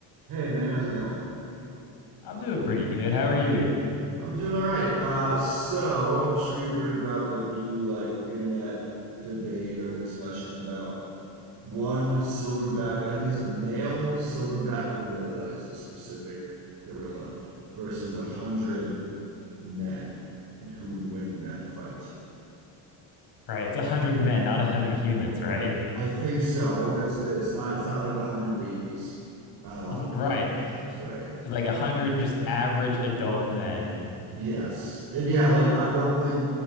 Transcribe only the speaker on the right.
Hey man, how's it going?
I'm doing all right. Uh, so I'm sure you've heard about the new like internet debate or discussion about one silverback. I think it's a male silverback gorilla is the specific gorilla versus a hundred men, and who would win in that fight?
I think so. I think that's it's not it's not like a hundred babies. Um,
right.
Yes. And yeah, like I don't think